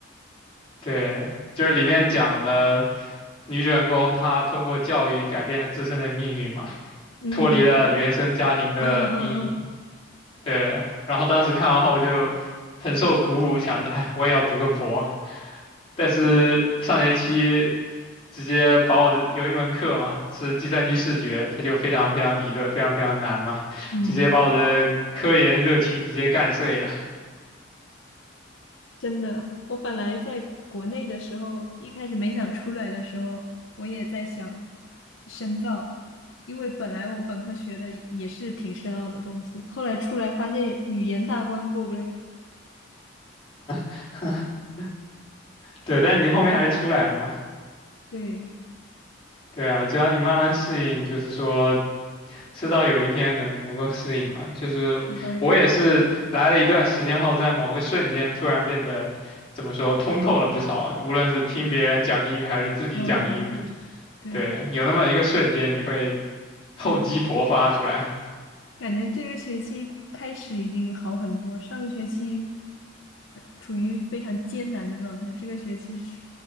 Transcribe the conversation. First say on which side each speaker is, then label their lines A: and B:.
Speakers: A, on the left (about 30°); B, on the left (about 75°).
A: 对，就是里面讲了女主人公她通过教育改变了自身的命运嘛，
B: 嗯
A: 脱离了原生家庭的阴影。
B: 嗯嗯嗯，
A: 对，然后当时看完后就很受鼓舞，想着，哎，我也要读个博。但是上学期直接把我的有一门课嘛，是计算机视觉，它就非常非常理论，非常非常难嘛，
B: 嗯
A: 直接把我的科研热情直接干碎了。
B: 真的，我本来在国内的时候，一开始没想出来的时候，我也在想深造，因为本来我本科学的也是挺深奥的东西，后来出来发现语言大关过不了，
A: <laughs> 对，但你后面还是出来了嘛。
B: 对，
A: 对啊，只要你慢慢适应，就是说，迟早有一天能能够适应嘛。就是我也是来了一段时间后，
B: 制造有，
A: 在某个瞬间突然变得怎么说通透了不少，无论是听别人讲英语还是自己讲英语，
B: 嗯，对
A: 对，有那么一个瞬间，你会 <laughs> 厚积薄发出来
B: 对，感觉这个学期开始已经好很多，上个学期处于非常艰难的状态，这个学期是